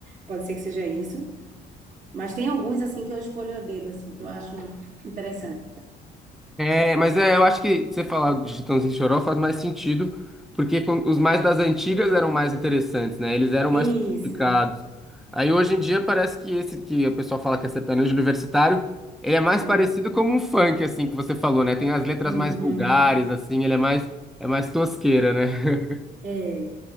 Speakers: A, on the right (about 45°); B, in the centre.
A: Pode ser que seja isso. Mas tem alguns assim que eu escolho a dedo, assim, que eu acho interessante.
B: É, mas é, eu acho que você falar de Chitãozinho e Choró faz mais sentido, porque com- os mais das antigas eram mais interessantes, né? Eles eram
A: é
B: mais
A: Isso.
B: sofisticados. Aí hoje em dia parece que esse que o pessoal fala que é sertanejo universitário, ele é mais
A: Uhum.
B: parecido como um funk, assim, que você falou, né? Tem as letras
A: Uhum.
B: mais vulgares, assim, ele é mais, é mais tosqueira, né? <laughs>
A: É